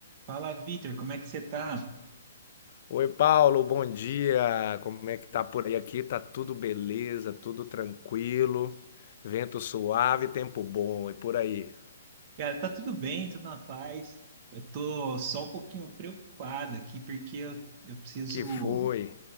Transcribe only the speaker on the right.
Fala, Vitor, como é que você tá?
Cara, tá tudo bem, tudo na paz. Eu tô só um pouquinho preocupado aqui, porque eu, eu preciso,